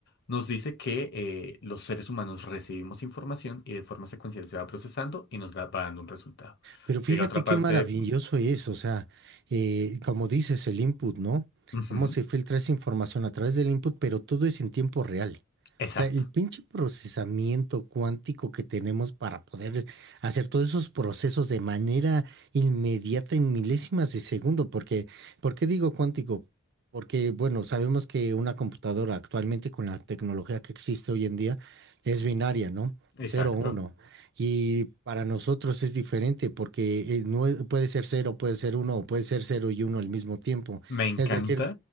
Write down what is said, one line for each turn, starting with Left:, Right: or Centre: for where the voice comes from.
Left: nos dice que eh, los seres humanos recibimos información y de forma secuencial se va procesando y nos da, va dando un resultado.
Right: Pero fíjate
Left: Llega a otra parte.
Right: qué maravilloso es, o sea, eh, como dices, el input, ¿no?
Left: ujú,
Right: Cómo se filtra esa información a través del input, pero todo es en tiempo real.
Left: exacto,
Right: O sea, el pinche procesamiento cuántico que tenemos para poder hacer todos esos procesos de manera inmediata en milésimas de segundo, porque, ¿por qué digo cuántico? Porque, bueno, sabemos que una computadora actualmente con la tecnología que existe hoy en día es binaria, no
Left: exacto.
Right: Cero uno. Y para nosotros es diferente porque eh, no es- puede ser cero, puede ser uno o puede ser cero y uno al mismo tiempo.
Left: Me encanta,
Right: Es decir,